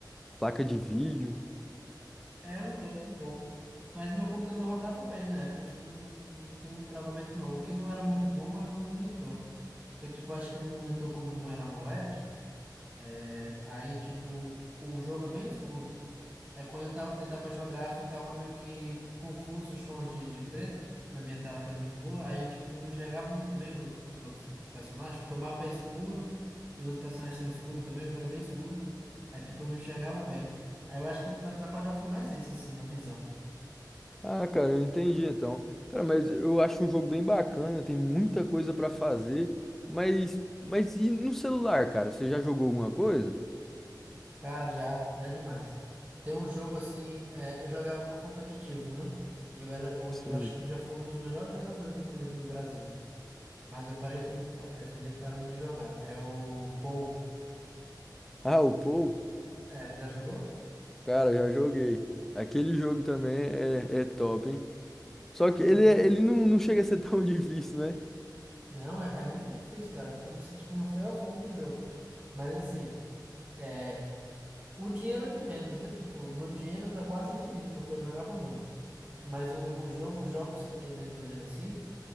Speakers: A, in the centre; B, on the right.
A: placa de vídeo.
B: É um pouco, um pouco. Mas meu computador rodava bem na época, tipo, não, não tinha muito travamento não. O que não era muito bom é meu monitor. Porque, tipo, eu acho que meu monitor, como não era AMOLED, É, aí, tipo, o jogo é bem escuro. Aí quando eu tava, tentava jogar, ficava meio que confuso os tons de, de preto na minha tela, que era muito boa. Aí eu, tipo, não enxergava muito bem os outros, os outros tipo, os personagens, porque o mapa é escuro, os outros personagens são escuros também, o jogo é bem escuro. Aí, tipo, eu não enxergava bem. Aí eu acho que me atrapalhou foi mais isso, assim, a visão.
A: Ah, cara, eu entendi então. Cara, mas eu acho um jogo bem bacana, tem muita coisa pra fazer, mas mas e no celular, cara? Você já jogou alguma coisa?
B: Cara, já, já demais. Tem um jogo, assim, é, eu jogava no competitivo, né? Eu era, eu,
A: Sim.
B: eu acho que já fui um dos melhores jogadores, inclusive, do Brasil. Mas eu parei, fin- pa- é, findei parando de jogar. É o Pou.
A: Ah, o Pou?
B: É, já jogou?
A: Cara, já joguei. Aquele jogo também é, é top, hein? Só que
B: Uhum.
A: ele, é- ele não, não chega a ser <laughs> tão difícil, né?
B: Não, é, é muito difícil, cara, porque você, tipo, não foi ao fundo do jogo. Mas, assim, é, o dinheiro é de menos, né? Tipo, meu dinheiro era quase infinito, porque eu jogava muito. Mas o, o jogo, os jogos que tem dentro dele, assim,